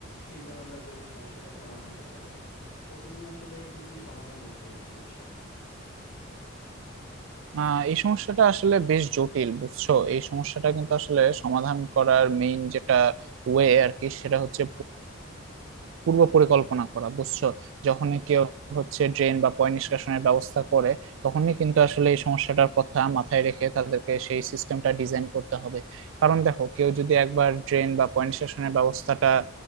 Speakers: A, on the left; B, on the right.
A: চিন্তা ভাবনা করে এই সমস্যাটা সমাধান করতে হবে তো তুমি আসলে কি কি সমাধান দেখছো এই সমস্যার
B: আহ এই সমস্যাটা আসলে বেশ জটিল বুঝছো এই সমস্যাটা কিন্তু আসলে সমাধান করার মেইন যেটা ওয়ে আর কি সেটা হচ্ছে পূর্ব পরিকল্পনা করা বুঝছো যখনই কেউ হচ্ছে ড্রেন বা পয় নিষ্কাশনের ব্যবস্থা করে তখনই কিন্তু আসলে এই সমস্যাটার কথা মাথায় রেখে তাদেরকে সেই সিস্টেমটা ডিজাইন করতে হবে কারণ দেখো কেউ যদি একবার ড্রেন বা পয় নিষ্কাশনের ব্যবস্থাটা